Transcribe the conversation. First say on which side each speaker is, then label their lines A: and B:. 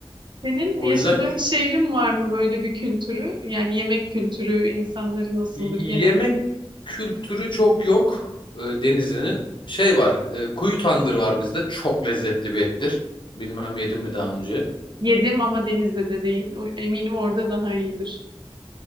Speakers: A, on the right (about 50°); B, on the left (about 55°).
A: Senin
B: O
A: yaşadığın
B: yüzden
A: şehrin var mı böyle bir kültürü? Yani yemek kültürü insanları nasıldır
B: Yemek
A: genel olarak?
B: kültürü çok yok e, Denizli'nin. Şey var, e, kuyu tandır var bizde. Çok lezzetli bir ettir. Bilmem yedim mi daha önce.
A: Yedim ama Denizli'de değil. O- Eminim orada daha iyidir.